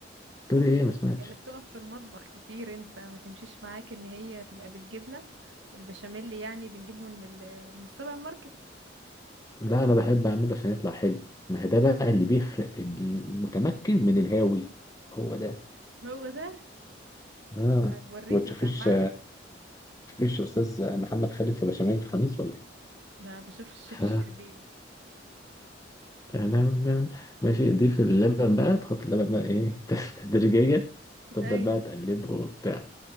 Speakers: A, on the left (about 20°); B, on the right (about 75°).
A: تقولي ايه ما سمعتش
B: يا اللي بتقف في المطبخ كتير انت ما تمشيش معاك ان هي تبقى بالجبنة البشاميل اللي يعني بنجيبه من ال... من السوبر ماركت
A: لا انا بحب اعمله عشان يطلع حلو ما هي ده بقى اللي بيفرق المتمكن من الهاوي هو ده
B: هو ده
A: اه
B: آه، وريني
A: ما تشوفيش
B: سمعني
A: تشوفيش استاذ محمد خالد في بشاميل الخميس ولا ايه
B: ده بشوف الشيف
A: ف
B: الشربيني
A: تمام بقى. ماشي ضيف اللبن بقى تحط اللبن بقى ايه <laughs> تدريجيا
B: <laughs>
A: تفضل
B: ايوه
A: بقى تقلبه وبتاع